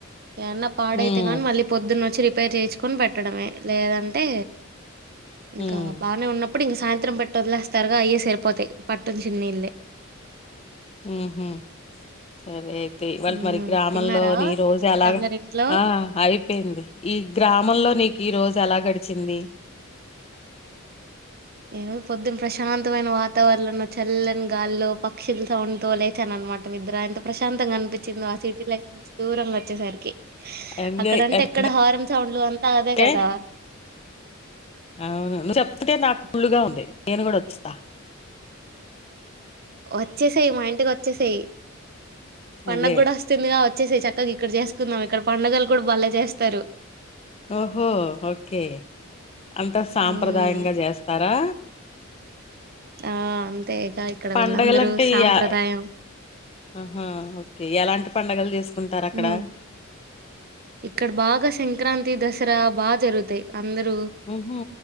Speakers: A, on the right (about 50°); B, on the left (about 30°).
A: ఏవన్నా పాడైతే
B: హ్మ్.
A: కాని మళ్ళీ పొద్దున్నోచ్చి రిపేర్ చేయిచుకొని పెట్టడమే లేదంటే ఇంకా
B: హ్మ్.
A: బానే ఉన్నప్పుడు ఇంగ సాయంత్రం పెట్టి వదిలేస్తారుగా అయ్యే సరిపోతాయి పట్టుంచి నీళ్ళే
B: ఉహ్మ్ సరే తె వాళ్కి
A: హ్మ్
B: మరి గ్రామంలో
A: తిన్నారా
B: నీరోజు
A: మిగతా
B: అలాగా
A: అందరు ఇంట్లో
B: ఆహ్ అయిపోయింది ఈ గ్రామంలో నీక్ ఈరోజు ఎలా గడిచింది
A: మ్ పొద్దున ప్రశాంతమైన వాతావరణలో చల్లని గాల్లో పక్షుల సౌండ్ తొ లేచాననమాట నిద్ర ఇంత ప్రశాంతంగ అనిపించిందొ ఆ సిటీ లైఫ్ నుంచి దూరంగా ఒచ్చేసరికి
B: ఎంజాయ్
A: అక్కడంటే
B: ఎంజాయ్
A: ఎక్కడ హార్న్ సౌండ్లు అంతా అదే
B: అంటే
A: గదా
B: అవును నువ్వు చెప్తుతే నాకు పుళుగా ఉంది నేను కూడా వచ్చుతా
A: వచ్చేసేయి మా ఇంటికొచ్చేసేయి పండగ
B: అదే.
A: గూడ ఒస్తుందిగా ఒచ్చేసేయి చక్కగ ఇక్ క్కడ చేసుకుందాం ఇక్కడ పండగలు కూడా బలే చేస్తారు
B: ఓహో ఓకే అంత సాంప్రదాయంగా
A: హ్మ్
B: చేస్తారా
A: ఆహ్ అంతే ఇక్కడ
B: పండగ
A: వీళ్ళందరూ
B: అంటే
A: సాంప్రదాయం
B: ఈ అ ఉహు ఎలాంటి పండగలు చేసుకుంటారు అక్కడ
A: హ్మ్ ఇక్కడ బాగా సంక్రాంతి దసరా బా జరుతాయి అందరూ
B: ఉహూ